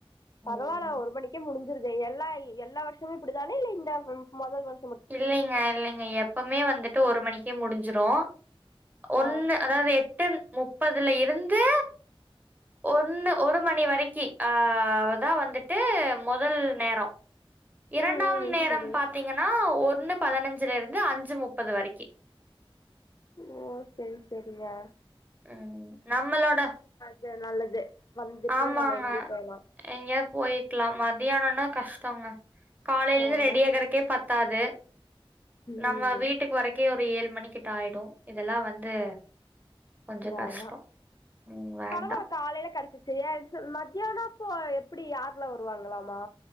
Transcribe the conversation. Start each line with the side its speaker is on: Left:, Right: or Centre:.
Left: பரவாயில்ல
Right: ம்
Left: ஒரு மணிக்கே முடிஞ்சு இரு எல்லா எல்லா வருஷமே இப்படிதானே இல்ல இந்த முதல் வருஷம்
Right: இல்லைங்க இல்லைங்க எப்பவுமே வந்துட்டு ஒரு மணிக்கு க்க முடிஞ்சிரோ ஒன்னு
Left: ஆ
Right: அதாவது எ எட்டு முப்பதுல இருந்து ஒன்னு ஒரு மணி வரைக்கி அ அதா வந்துட்டு முதல் நேரோ இரண்டாம்
Left: ம் ம்
Right: நேரம்
Left: சரி
Right: பாத்தீங்கன்னா ஒரு ஒண்ணு பதினஞ்சுல இருந்து அஞ்சு முப்பது வரைக்கி
Left: ஓ சரி சரிங்க
Right: ம் நம்மளோட
Left: து நல்லது வந்துட்டு
Right: ஆமாங்க
Left: நம்ம எங்கயோ போய்லா
Right: எங்கயா போய்க்கலா மதியானம்னா கஷ்டங்க காலையிலருந்து
Left: ஆமா
Right: ரெடி ஆகுறக்கே பத்து த்தாது
Left: ம்
Right: நம்ம வீட்டுக்கு வரைக்கு ஒரு ஏழு மணிக்கிட்ட ஆயிடு இதெல்லா வந்து கொஞ்சம்
Left: வேணா
Right: கஷ்டம். ம் வேண்டாம்.
Left: பரவால்ல காலையில கெடச்சிச்சி செரியா இது சொல் மத்தியான அப்போ எப்டி யார்லா வருவாங்களாமா